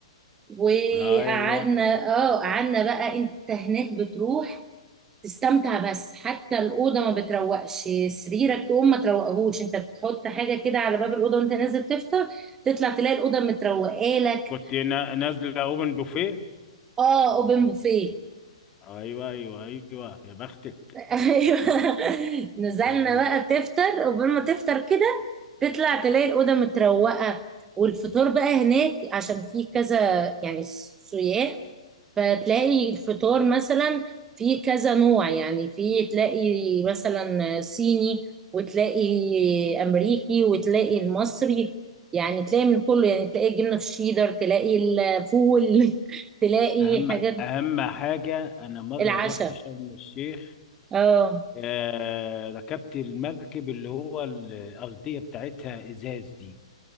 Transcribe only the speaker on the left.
ايوه
كنت نا- نازلة اوبن بوفيه
ايوه ايوه ايوه يا بختك
م-
م-
اهم
اهم حاجة انا مرة
رحت شرم الشيخ
آه، ركبت المركب اللي هو الأرضية بتاعتها إزاز دي